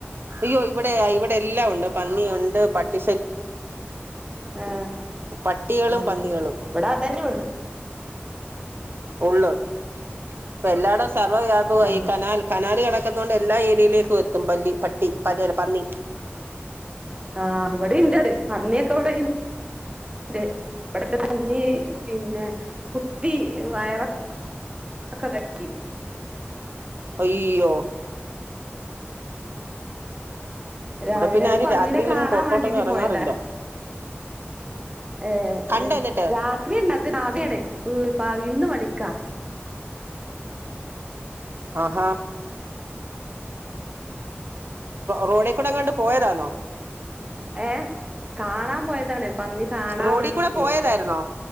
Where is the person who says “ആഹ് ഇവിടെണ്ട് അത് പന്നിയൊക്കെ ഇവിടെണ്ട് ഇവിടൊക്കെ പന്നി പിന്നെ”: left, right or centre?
Right